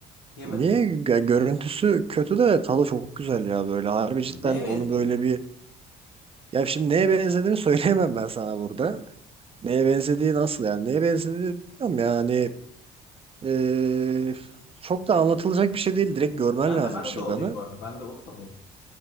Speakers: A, on the left; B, on the right.
A: Yemedim
B: Niye?
A: de hiç.
B: Gö- Görüntüsü kötü de tadı çok güzel ya böyle. Harbi
A: Neye
B: cidden
A: benziyor?
B: onu böyle bir... Ya şimdi neye benzediğini <laughs> söyleyemem ben sana burada. Neye benzediği nasıl yani? Neye benzediğini Bilmiyorum yani Ee, çok da anlatılacak bir şey değil. Direkt görmen
A: Ben
B: lazım
A: de ben de
B: Şırdan'ı.
A: doğuluyum bu arada. Ben de Urfalıyım.